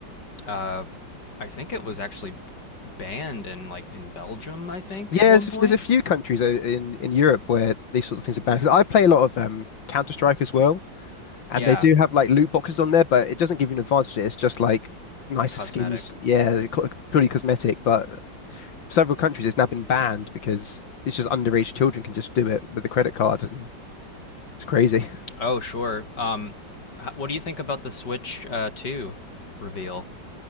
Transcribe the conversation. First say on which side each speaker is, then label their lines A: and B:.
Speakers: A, on the left; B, on the left.
A: uh, I think it was actually banned in like in Belgium. I think
B: Yeah,
A: at one
B: there's a,
A: point.
B: there's a few countries o- in in Europe where these sort of things are banned.
A: Yeah,
B: 'Cause I play a lot of um Counter-Strike as well, and
A: yeah,
B: they do have like loot boxes on there, but it doesn't give you an advantage. It's just like nicer
A: cosmetic.
B: skins. Yeah, co- purely
A: Yeah.
B: cosmetic, but several countries it's now been banned because it's just underage children can just do it with a credit card and it's crazy.
A: Oh sure. Um, what do you think about the Switch uh, Two reveal?